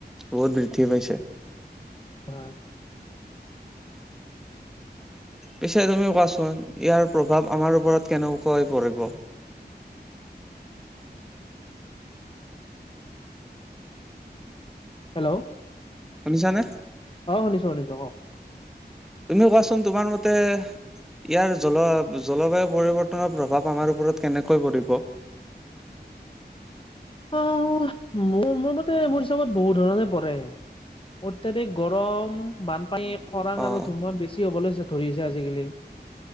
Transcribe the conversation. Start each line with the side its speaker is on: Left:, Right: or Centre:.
Centre: বহুত বৃদ্ধি পাইছে।
Left: অ
Centre: পিছে তুমিও কোৱাচোন ইয়াৰ প্ৰভাৱ আমাৰ ওপৰত কেনেকুৱা হৈ পৰিব?
Left: হেল্ল'ঊ
Centre: শুনিছা নে?
Left: অ শুনিছো শুনিছো অ।
Centre: তুমি কোৱাচোন তোমাৰ মতে ইয়াৰ জল জলবায়ু পৰিৱৰ্তনৰ প্ৰভাৱ আমাৰ ওপৰত কেনেকৈ পৰিব?
Left: অ মোৰ মোৰ মতে মোৰ হিচাপত বহুত ধৰণে পৰে অত্যাধিক গৰম, বানপানী খৰাং
Centre: অ',
Left: আৰু ধুমুহা বেছি হ'বলৈ ধৰিছে আজিকালি